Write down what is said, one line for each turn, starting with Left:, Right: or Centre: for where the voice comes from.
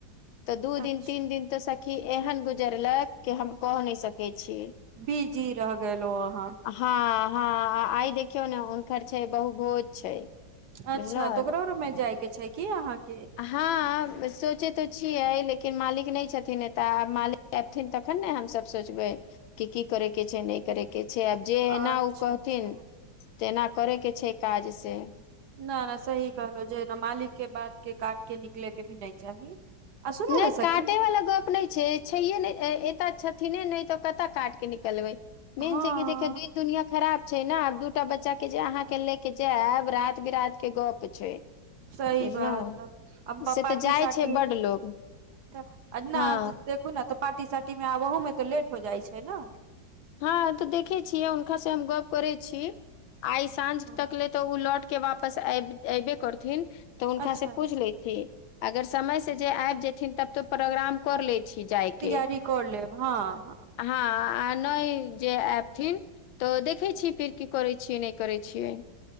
Left: त दू
Right: अच्छा
Left: दिन तीन दिन तऽ सखी एहन गुजरलक कि हम क नै सकै छीय
Right: बी जी रह गेलो अहाँ
Left: हँ हँ आइ देखियौ ने हुनकर छै बहुभोज छै
Right: अच्छा
Left: बुझलहु
Right: तऽ ओकरो रूम मे जाय के छै की अहाँके
Left: हँ सोचै त छियै लेकिन मालिक नै छथिन एतऽ आ मालिक अथिन तखन ने हमसब सोचबै कि की करैके छै नै करै के छै आ जेहना
Right: अच्छा
Left: उ कहथिन
Right: अच्छा
Left: तेना करय के छै काज से
Right: न न सही कहलौ जे मालिक के बात के काट के निकलेके भी नै चाही आ सुनू
Left: नै
Right: ने सखी
Left: काटै वाला गप नै छै छैये नै एतऽ छथिने नै तऽ कत काट के निकलबै मेन
Right: हँ
Left: छै कि देखियौ दिन दुनिया खराब छै न आब दूटा बच्चा के जे अहाँ के ले के जायब रात बिरात के गप छै
Right: सही
Left: बुझलहु
Right: बात अब
Left: से
Right: पाटी
Left: तऽ जाइ
Right: साटी
Left: छै बड लोग
Right: तऽ आ न
Left: हँ
Right: देखू न तऽ पार्टी सार्टीमे आब अहूमे तऽ लेट हो जाइत छै ने
Left: हँ तऽ देखे छियै हुनका से हम गप करै छी आइ साँझ
Right: हँ
Left: तक ले तऽ उ लौट के वापस एऐबे करथिन तऽ हुनका
Right: अच्छा
Left: से पूछ लैछी अगर समय से जे आबि जथिन तब त प्रोग्राम कर लै छी जायके
Right: तैयरी क लेब हँ
Left: हँ आ नै जे आऐबथिन तऽ देखे छीयै फिर की करै छीयै नै करै छियै